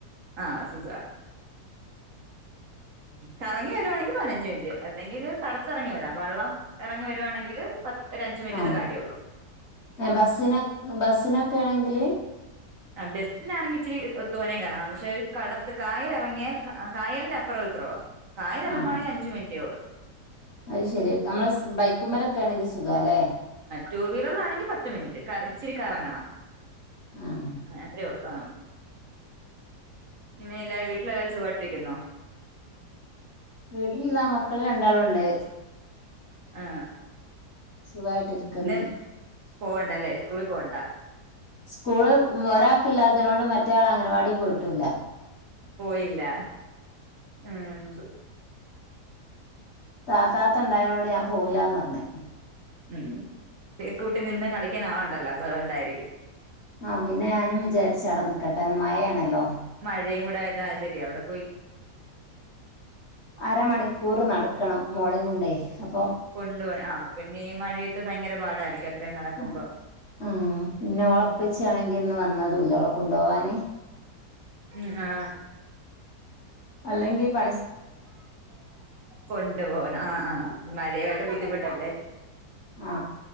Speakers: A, on the right; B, on the left.
A: ആഹ് സുഖാണ് കറങ്ങി വെരുവാണെങ്കി പതിനഞ്ചു മിനിറ്റ് അല്ലെങ്കിൽ തട വറ ഇറങ്ങി വരാം വെള്ളം ഇറങ്ങി വരുവാണെങ്കിൽ പത്ത് ഒര അഞ്ച മിനിറ്റത്തെ
B: ആ
A: കാര്യേ ഉള്ളൂ
B: ബസ്സിന് ബസ്സിനൊക്കെ ആണെങ്കിൽ
A: ആ ബസ്സിനാണെങ്കിൽ ഇച്ചിരി തോനേ കറങ്ങാം പക്ഷെ ഒരു കടത്ത് കായലിറങ്ങിയാൽ കായലിന്റെ അപ്പുറം ഇപ്പറവാ കായൽ ഇറങ്ങുവാണെങ്കിൽ
B: ആ
A: അഞ്ച് മിനിറ്റേ ഉള്ളു
B: അത് ശെരി നമ്മള് ബൈക്കും മലൊക്കെ ആണെങ്കിൽ സുഖാല്ലേ
A: ടു വീലറിലാണെങ്കിൽ പത്ത് മിനിറ്റ് കറ ഇച്ചിരി കറങ്ങണം
B: ആഹ്
A: ആ അത്രേ ഒള്ളൂ ആഹ് പിന്നെ എല്ലാ വീട്ടിലെല്ലാരും സുഖായിട്ടിരിക്കുന്നോ?
B: വീട്ടില് താ മക്കൾ രണ്ടാളുംണ്ട്
A: ആ
B: സുഖായിട്ടിരിക്കുന്ന്
A: ഇന്ന് പോവണ്ടല്ലേ സ്കൂള പോവണ്ട
B: സ്കൂള് ഒരാൾക്ക ഇില്ലാത്തതിനോണ്ട് മറ്റയാൾ അംഗനവാടി പോയിട്ടൂല്ല
A: പോയില്ല ഉം
B: താത്താത്ത ഉണ്ടായതിനോട് ഞാൻ പോവില്ലാന്ന് പറഞ്ഞ്
A: ഉം കൂട്ടിന് നിന്ന കളിക്കൻ ആൾണ്ടല്ലോ അപ്പൊ അതുകൊണ്ടായിരിക്കും
B: ആ പിന്നെ ഞാനും വിചാരിച്ച അടെ നിക്കട്ടെന്ന് മഴയാണല്ലോ
A: മഴെ കൂടെയായി ശരി അവിടെ പോയി
B: അരമണിക്കൂറ് നടക്കണം മോളേം കൊണ്ടേ അപ്പം
A: കൊണ്ടു പോണം, ആ അപ്പ പിന്നെയീ മഴയത്ത് ഭയങ്കര പാടായിരിക്കും. അത്രയും നടക്കുമ്പോ
B: ആ ആ പിന്നെ ഓളപ്പച്ചിയാണെങ്കി
A: ഉം
B: ഇന്ന് വന്നതുവില്ല ഓൾ കൊണ്ടോവാന്
A: ഉം ആ.
B: അല്ലെങ്കി പ
A: കൊണ്ടു പോവാൻ ആ ആ മഴയായിട്ടു ബുദ്ധിമുട്ടല്ലേ?
B: ആ